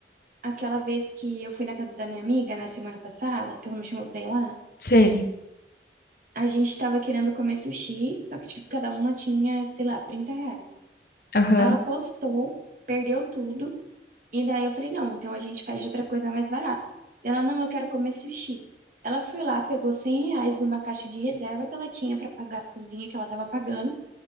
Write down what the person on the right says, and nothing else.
aquela vez que eu fui na casa da minha amiga na semana passada, que ela me chamou pra ir lá?
A gente tava querendo comer sushi, só que tipo cada uma tinha, sei lá, 30 reais.
Aí Ela postou
perdeu tudo E daí eu falei, não, então a gente pede outra coisa mais barata. Ela, não, eu quero comer sushi. Ela foi lá, pegou 100 reais de uma caixa de reserva que ela tinha pra pagar a cozinha que ela tava pagando.